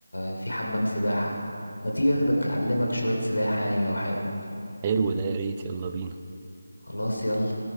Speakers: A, on the left; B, on the right.
A: في حمام سباحة ما تيجي اخدك اعلمك شوية سباحة يعني لو حابب
B: حلو ده يا ريت يلا بينا
A: خلاص يلا